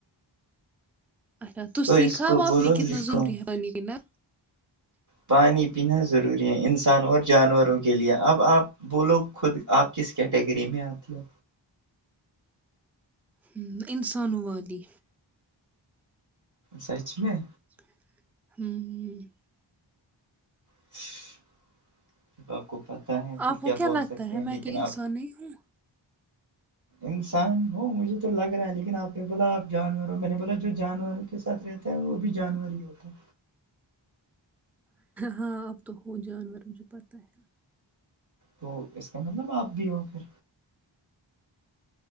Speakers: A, in the centre; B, on the right.
A: اچھا تو سیکھا
B: اس کو
A: آاپ
B: بولو
A: نے کتنا
B: لکھو
A: ضروری ہے پانینا
B: پانی پینا ضروری ہے انسان اور جانوروں کے لیے اب آپ بولو خود آپ کس کیٹیگری میں آتی ہے
A: ہ انسانووادی
B: سچ میں
A: ہوں ہ
B: <inaudible> جب آپ کو پتہ ہے پھر
A: آپ کو
B: کیا بول
A: لگتا
B: سکتے
A: ہے
B: ہیں
A: میں
B: لیکن
A: کہ انسان
B: آپ
A: نہیں ہوں
B: انسان ہو مجھے تو لگ رہا ہے لیکن آپ نے بولا آپ جانور ہو میں نے بولا جو جانور کے ساتھ رہتا ہے وہ بھی جانور ہی ہوتا ہے
A: ہاں آپ تو ہو جانور م جو پتہ ہے
B: تو اس کا مطلب آپ بھی ہو پھر